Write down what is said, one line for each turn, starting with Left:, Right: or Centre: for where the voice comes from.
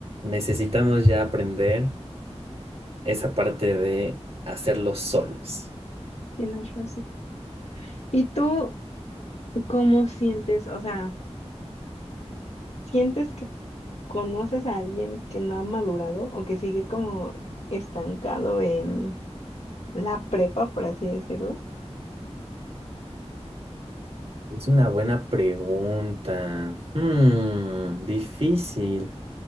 Right: Necesitamos ya aprender esa parte de hacerlo solos.
Left: tienes razón. ¿Y tú cómo sientes, o sea, sientes que conoces a alguien que no ha madurado o que sigue como estancado en la prepa, por así decirlo?
Right: Es una buena pregunta. Hmm, difícil.